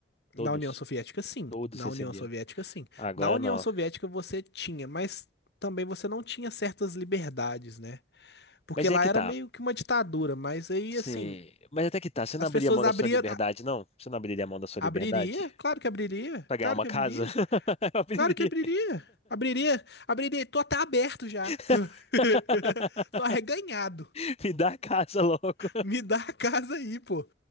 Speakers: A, on the left; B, on the left.
A: Na
B: Todos.
A: União Soviética, sim.
B: Todos
A: Na
B: recebiam.
A: União Soviética, sim.
B: Agora
A: Na União
B: não.
A: Soviética você tinha, mas também você não tinha certas liberdades, né? Porque
B: Mas
A: lá
B: é que
A: era
B: tá.
A: meio que uma ditadura, mas aí,
B: Você...
A: assim,
B: Mas até que tá. Você
A: as
B: não abriria
A: pessoas
B: mão
A: abriam.
B: da sua liberdade,
A: a-
B: não? Você não abriria mão da sua
A: Abriria?
B: liberdade?
A: Claro que abriria.
B: Pra ganhar
A: Claro
B: uma
A: que
B: casa?
A: abriria.
B: <laughs> Eu abriria.
A: Claro que abriria. Abriria. Abriria. Tô até aberto já.
B: <laughs>
A: <laughs> Tô arreganhado.
B: Me dá a casa logo.
A: Me dá a casa aí, pô.